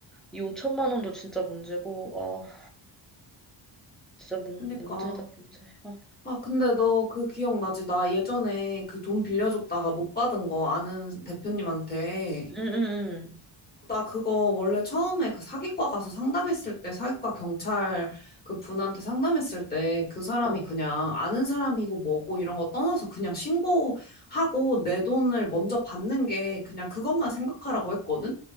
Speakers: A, in the centre; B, on the left.
A: 이 5천만 원도 진짜 문제고 아 진짜 문,
B: 그니까.
A: 문제다 문제. 아,
B: 아, 근데 너 그 기억나지? 나 예전에 그 돈 빌려줬다가
A: 음,
B: 못 받은 거 아는 대표님한테.
A: 음, 음, 음.
B: 나 그거 원래 처음에 그 사기과 가서 상담했을 때, 사기과 경찰 그 분한테 상담했을 때 그 사람이
A: 어,
B: 그냥 아는 사람이고 뭐고 이런 거 떠나서 그냥 신고하고 내 돈을 먼저 받는 게 그냥 그것만 생각하라고 했거든?